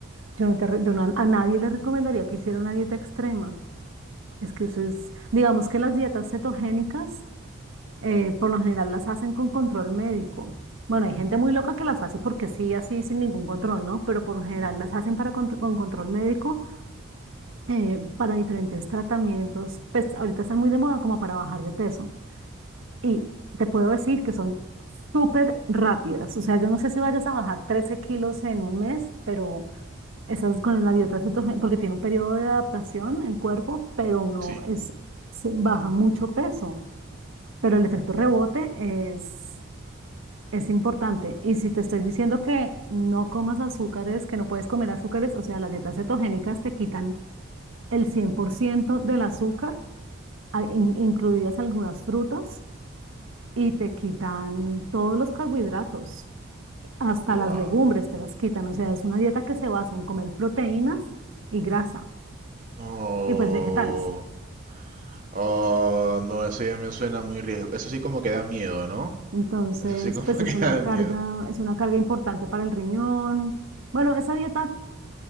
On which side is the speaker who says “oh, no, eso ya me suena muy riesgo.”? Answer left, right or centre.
Right